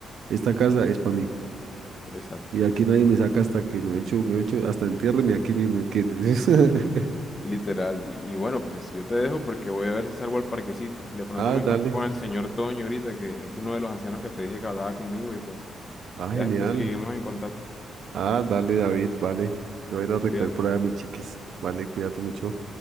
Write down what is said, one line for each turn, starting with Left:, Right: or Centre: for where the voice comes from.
Right: esta casa es para mí.
Left: exacto,
Right: Y aquí nadie me saca hasta que me echo, me echo, hasta entiérreme aquí mismo. y que- <laughs>
Left: literal, literal. Y, y bueno, pues yo te dejo porque voy a ver si salgo al parquecito. De pronto
Right: Ah,
Left: me
Right: dale.
Left: encuentro con el señor Toño ahorita, que es uno de los ancianos que te dije que hablaba conmigo y pues
Right: Ah,
Left: ya
Right: genial.
Left: después seguimos en contacto.
Right: Ah, dale, David, vale. Yo voy a ir a recoger
Left: Cuídate.
Right: por ahí a mis chiquis. Vale, cuídate mucho.